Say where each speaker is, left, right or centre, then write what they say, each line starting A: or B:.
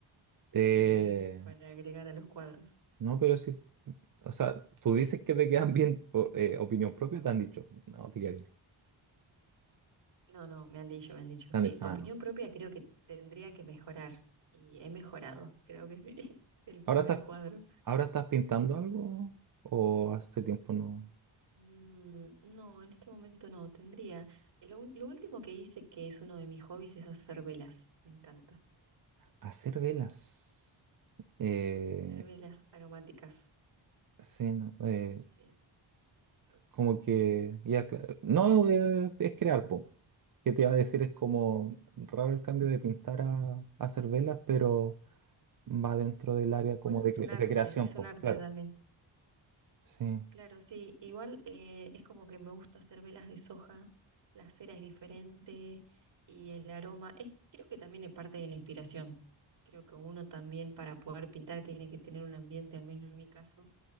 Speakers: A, on the right; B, on the right.
A: Eh,
B: eh, para agregar a los cuadros.
A: no, pero sí, o sea, tú dices que te quedan bien por eh, opinión propia, te han dicho, no, te queda bien.
B: No, no, me han dicho, me han dicho.
A: Te
B: Sí,
A: han dicho,
B: opinión
A: "Ah, ya".
B: propia creo que tendría que mejorar y he mejorado, creo que sí, <laughs> el primer
A: Ahora estás,
B: cuadro.
A: ahora estás pintando algo o hace tiempo no.
B: Mm, no, en este momento no, tendría. eh, Lo, ul- lo último que hice, que es uno de mis hobbies, es hacer velas, me encanta.
A: Hacer velas. Eh,
B: Hacer velas aromáticas,
A: sí, no, eh,
B: sí.
A: como que, ya, claro. No, eh, es crear, po. ¿Qué te iba a decir? Es como raro el cambio de pintar a, a hacer velas, pero va dentro del área
B: Bueno,
A: como de,
B: es
A: cre-
B: un arte,
A: de creación,
B: es un
A: pues,
B: arte
A: claro.
B: también.
A: Sí.
B: Claro, sí, igual eh, es como que me gusta hacer velas de soja, la cera es diferente y el aroma, es, creo que también es parte de la inspiración. Creo que uno también para poder pintar tiene que tener un ambiente, al menos en mi caso,